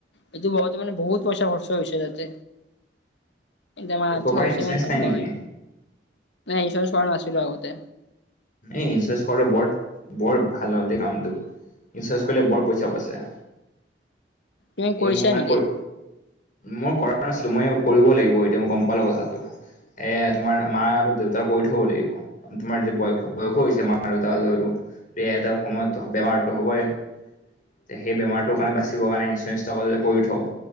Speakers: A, on the left; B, on the left.
A: এইটো বহাওতে মানে বহুত পইচা খৰচ হৈছে তাতে আমাৰ আৰ্থিক
B: ককাৰ
A: অৱস্থা
B: ইঞ্চুৰেঞ্চ
A: ইমান ভাল
B: নাই
A: নহয়
B: নেকি
A: ইঞ্চৰেঞ্চ কৰা নাছিলো আগতে
B: এই ইঞ্চুৰেঞ্চ কৰ বৰ বৰ ভাল দে কামটো ইঞ্চুৰেঞ্চ কৰিলে বৰ পইচা বাছে
A: তুমি
B: এই
A: কৰিছা
B: মোৰ মানে
A: নেকি
B: কৰি মই কৰা নাছিলো মই কৰিব লাগিব এতিয়া মই গম পালো কথাটো এ তোমাৰ মা আৰু দেউতাক কৰি থব লাগিব তোমাৰ যেতিয়া বয়স বয়স হৈছে মাৰ তাৰ আৰু এটা সময়তো বেমাৰতো হ'বই তে সেই বেমাৰটোৰ কাৰণে বাচিব কাৰণে ইঞ্চুৰেঞ্চ এটা কৰি থওঁ